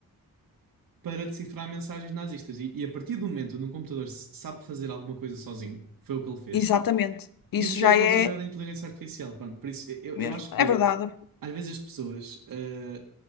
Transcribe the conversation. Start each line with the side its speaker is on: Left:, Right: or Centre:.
Right: para decifrar mensagens nazistas. E, e a partir do momento onde um computador s- sabe fazer alguma coisa sozinho, foi o que ele fez,
Left: exatamente. Isso
Right: isso
Left: já
Right: já é considerado
Left: é
Right: inteligência artificial. Pronto, por isso eu,
Left: mesmo.
Right: eu acho que
Left: É verdade.
Right: às vezes as pessoas ah,